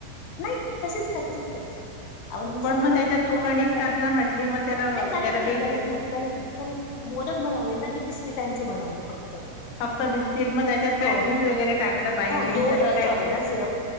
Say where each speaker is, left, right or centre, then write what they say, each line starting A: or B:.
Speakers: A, on the left; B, on the left.
A: नाही तसेच कच्चेच कच्चेच आपण मिक्सर
B: पण
A: मधून
B: मग त्याच्यात
A: जे फिरवून
B: तू कणिक
A: घेतात
B: टाकलं
A: नाही
B: म्हटली मग त्याला
A: कनिक
B: त्याला
A: नाही
B: बेक
A: कनिक
B: वेग
A: नाही कनिक नाही कनिक नाही मोदक बनवले ना ते बिस्किटांचे बनवले फक्त
B: फक्त बिस्किट मग त्याच्यात काय
A: हो
B: दूध वगैरे टाकलं बाइंडिंग
A: हो दूध
B: साठी काय
A: चॉकलेट
B: केलं
A: सिरप